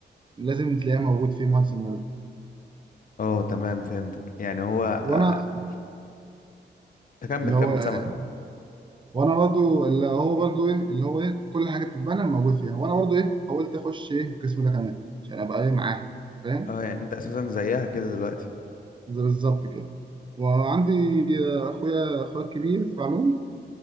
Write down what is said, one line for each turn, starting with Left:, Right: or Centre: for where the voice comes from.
Right: لازم تلاقيها موجود في مهندس المدني
Left: اه تمام فهمتك يعني هو
Right: وانا
Left: آه، تكمل
Right: اللي
Left: كمل
Right: هو آه،
Left: سمع
Right: وانا برضو اللي هو برضو ايه اللي هو ايه كل حاجه بتتبنى موجود فيها وانا برضو ايه حاولت اخش ايه القسم ده كمان عشان ابقى ايه معاها فاهم
Left: اه يعني انت اساسا زيها كده دلوقتي
Right: زي بالظبط كده وعندي آه، اخويا اخويا الكبير في علوم